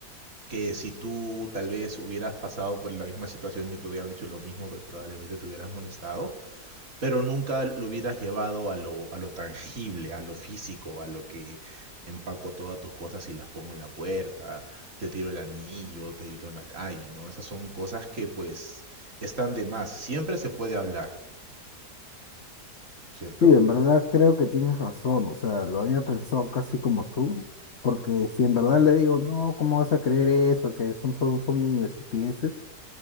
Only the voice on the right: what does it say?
que si tú tal vez hubieras pasado por la misma situación y te hubieran dicho lo mismo, pues probablemente te hubieras molestado pero nunca lo hubieras llevado a lo, a lo tangible, a lo físico, a lo que empaco todas tus cosas y las pongo en la puerta, te tiro el anillo, te grito en la calle, ¿no? Esas son cosas que pues están de más. Siempre se puede hablar, ¿cierto?